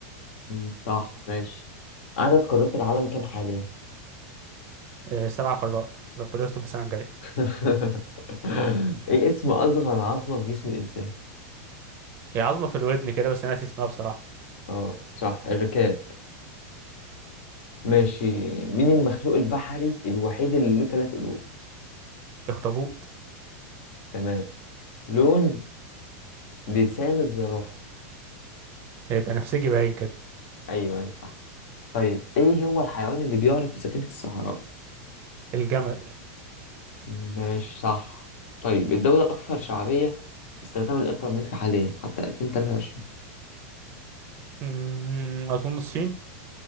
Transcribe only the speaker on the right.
آه، سبع قارات ربنا يستر السنة الجاية
هي عظمة في الودن كده بس أنا ناسي اسمها بصراحة
الأخطبوط
آه، بنفسجي باين كده
الجمل
مم، أظن الصين